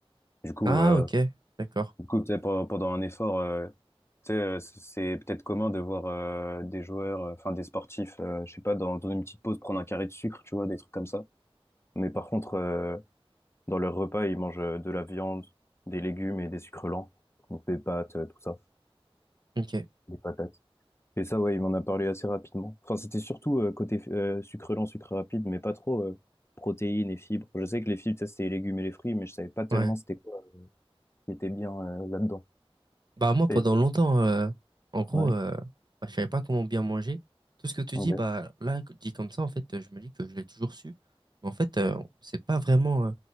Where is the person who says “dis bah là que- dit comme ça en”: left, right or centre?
Right